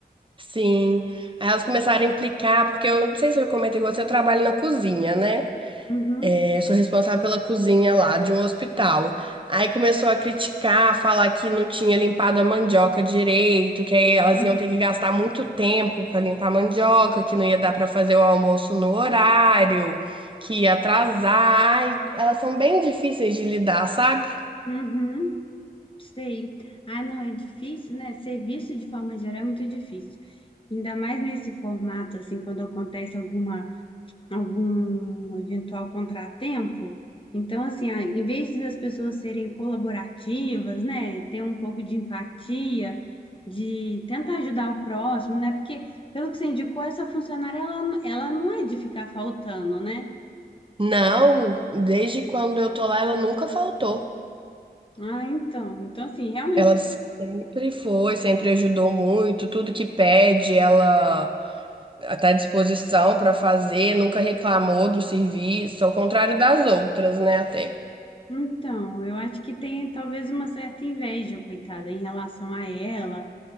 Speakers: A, on the right; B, on the left.
A: Sim. Aí elas começaram a implicar, porque eu não sei se eu comentei com você, eu trabalho na cozinha, né?
B: Uhum.
A: Eu sou responsável pela cozinha lá de um hospital. Aí começou a criticar, falar que não tinha limpado a mandioca direito, que aí elas
B: <clears throat>
A: iam ter que gastar muito tempo para limpar a mandioca, que não ia dar para fazer o almoço no horário, que ia atrasar. Ai, elas são bem difíceis de lidar, sabe?
B: Uhum. Sei. Ah, não, é difícil, né? Serviço de forma geral é muito difícil. Ainda mais nesse formato, assim, quando acontece alguma, algum eventual contratempo. Então, assim, ah, em vez das pessoas serem colaborativas, né? Ter um pouco de empatia, de tentar ajudar o próximo, né? Porque, pelo que você indicou, essa funcionária, ela, ela não é de ficar faltando, né?
A: Não, desde quando eu tô lá, ela nunca faltou.
B: Ah, então. Então, assim, realmente
A: Ela sempre foi, sempre ajudou muito, tudo que pede, ela está à disposição para fazer, nunca reclamou do serviço, ao contrário das outras, né, até.
B: Então, eu acho que tem talvez uma certa inveja, coitada, em relação a ela,